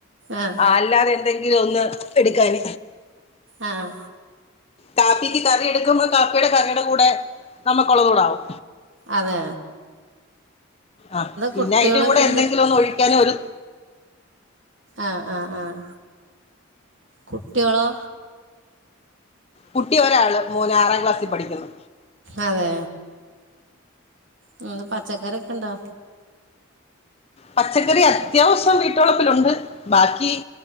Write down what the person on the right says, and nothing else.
ആഹ്
ആഹ്
അതേ
കുട്ടികള്
എന്ത്
ആഹ് ആഹ് ആഹ് കുട്ടിയോളോ?
അതെ ഇന്ന് പച്ചക്കറിയൊക്കെ ഇണ്ടോ?